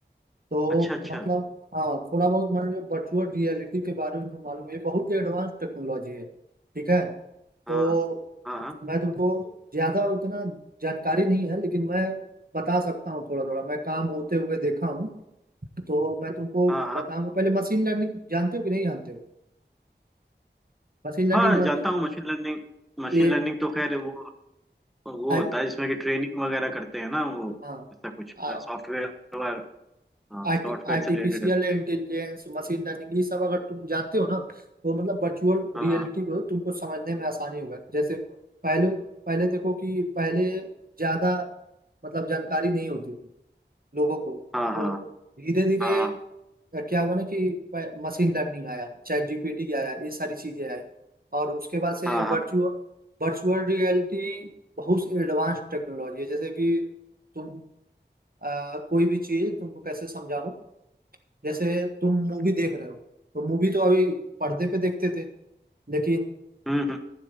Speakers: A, on the right; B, in the centre.
A: तो
B: अच्छा अच्छा
A: मतलब हाँ थोड़ा बहुत मुझे वर्चुअल रियलिटी के बारे में तो मालूम है ये बहुत ही एडवांस टेक्नोलॉजी है ठीक है तो
B: हाँ हाँ हाँ
A: मैं तुमको ज्यादा उतना जानकारी नहीं है लेकिन मैं बता सकता हूँ थोड़ा थोड़ा मैं काम होते हुए देखा हूँ तो मैं तुमको
B: हाँ हाँ
A: बताऊंगा पहले मशीन लर्निंग जानते हो कि नहीं जानते हो मशीन लर्निंग
B: हाँ
A: जानते
B: जानता
A: हो
B: हूँ मशीन लर्निंग मशीन
A: ये
B: लर्निंग तो खैर वो वो
A: आर्ट
B: होता है जिसमें कि ट्रेनिंग वगैरह करते हैं ना वो
A: हाँ
B: ऐसा कुछ
A: आ-
B: सॉफ्टवेयर हाँ
A: आर्टि,
B: सॉफ्टवेयर
A: आर्टिफिशियल
B: से रिलेटेड है
A: इंटेलिजेंस मशीन लर्निंग ये सब अगर तुम जानते हो ना तो मतलब वर्चुअल
B: हाँ
A: रियलिटी को तुमको समझने में आसानी होगा जैसे पहले पहले देखो कि पहले ज्यादा मतलब जानकारी नहीं होती थी लोगों को
B: हाँ हाँ
A: तो धीरे धीरे
B: हाँ हाँ
A: क्या हुआ ना कि मशीन लर्निंग आया चैट जीपीटी आया ये सारी चीजें आई और उसके बाद से
B: हाँ हाँ,
A: वर्चुअल वर्चुअल रियलिटी बहुत एडवांस टेक्नोलॉजी है जैसे कि तुम अ, कोई भी चीज तुमको कैसे समझाऊं जैसे तुम मूवी देख रहे हो तो मूवी तो अभी पर्दे पे देखते थे लेकिन
B: हम्म हम्म